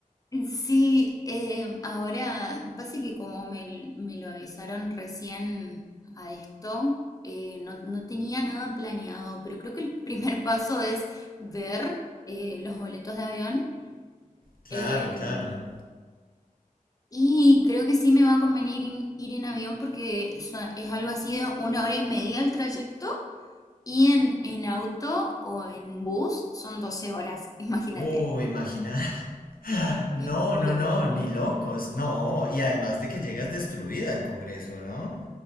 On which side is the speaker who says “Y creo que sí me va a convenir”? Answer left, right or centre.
Left